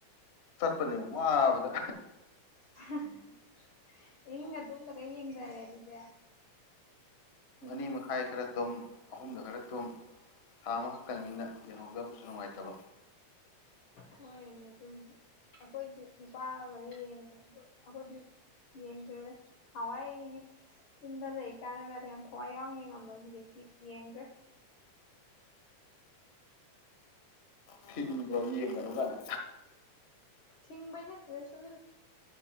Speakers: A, on the left; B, on the left.
A: ꯆꯠꯄꯅꯦ ꯋꯥꯕꯗ
B: <unintelligible> ꯏꯪꯒ ꯇꯨꯝꯝꯗꯒ ꯌꯦꯡꯗꯔꯦ ꯑꯗꯨꯗꯤ
A: ꯑꯔꯤ ꯃꯈꯥꯏ ꯈꯔ ꯇꯨꯝ ꯑꯍꯨꯝꯗ ꯈꯔ ꯇꯨꯝ ꯊꯥ ꯑꯃꯈꯛꯇꯪꯅꯤꯅ ꯌꯦꯡꯍꯧꯗꯕꯁꯨ ꯅꯨꯡꯉꯥꯏꯇꯕ
B: ꯍꯣꯏꯔꯦꯅꯦ ꯑꯗꯨꯝꯗꯤ ꯑꯩꯈꯣꯏꯗꯤ ꯅꯨꯄꯥꯒ ꯌꯦꯡꯉꯦ ꯑꯗꯨꯗ ꯑꯩꯈꯣꯏꯗꯤ ꯌꯦꯡꯗ꯭ꯔꯦꯗ ꯅꯥꯟꯋꯥꯏ ꯌꯨꯝꯗ ꯂꯩ ꯀꯥꯟꯗ ꯀꯥꯟꯗ ꯌꯥꯝ ꯊꯋꯥꯏ ꯌꯥꯎꯅ ꯌꯦꯡꯉꯝꯕꯅꯦ ꯍꯧꯖꯤꯛꯇꯤ ꯌꯦꯡꯗ꯭ꯔꯦ
A: ꯊꯤꯡꯕ꯭ꯔꯣ ꯌꯦꯡꯒꯅꯨ ꯀꯥꯏꯅ
B: ꯊꯤꯡꯕꯩ ꯅꯠꯇꯗ ꯁꯨꯝ